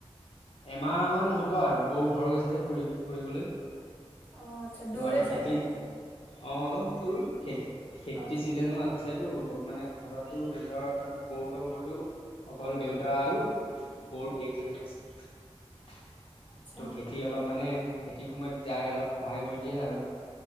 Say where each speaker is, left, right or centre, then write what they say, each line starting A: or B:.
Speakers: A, on the left; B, on the left.
A: এমাহ মান হ'ব আৰু বৌ ঘৰ গৈছে যে ফুৰি ফুৰিবলৈ।
B: অ আচ্ছা দূৰে
A: ত' আৰু খেতি
B: চাগে।
A: অ অলপ দূৰ। খেতি খেতি
B: অ
A: চিজনো আছে টো মানে ঘৰতো সুন্দৰ লগঘৰ আৰু অকল দেউতা আৰু বৌৰ জীয়েকজনী আছে। ত'
B: আচ্ছা
A: খেতি অলপ মানে খেতি সময়ত যায় অলপ সহায় কৰি দিয়ে আৰু।